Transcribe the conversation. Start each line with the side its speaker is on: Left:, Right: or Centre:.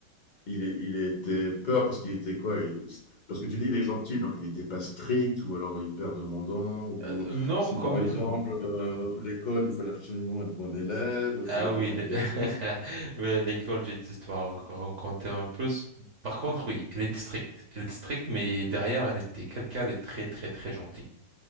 Left: il est- il était peur parce qu'il était quoi? Il- Parce que tu dis, il est gentil, donc il n'était pas strict ou alors hyper demandant. Ou
Right: Euh, non,
Left: si
Right: quand
Left: par
Right: même.
Left: exemple, euh, l'école, il fallait absolument être bon élève, il
Right: Ah
Left: fallait pas
Right: oui,
Left: faire
Right: le-
Left: de bêtises.
Right: <laughs> oui, à l'école, j'ai des histoires à raconter en plus. Par contre, oui, elle était stricte. Elle était stricte, mais derrière, elle était quelqu'un de très, très, très gentil.